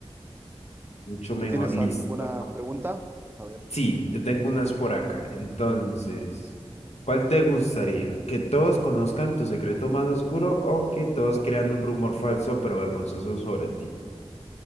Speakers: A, on the left (about 75°); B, on the right (about 20°).
A: mucho mejor,
B: ¿Tú tienes
A: listo.
B: alguna pregunta? A ver.
A: Sí, yo tengo unas por acá. Entonces, ¿cuál te gustaría? ¿Que todos conozcan tu secreto más oscuro o que todos crean un rumor falso pero vergonzoso sobre ti?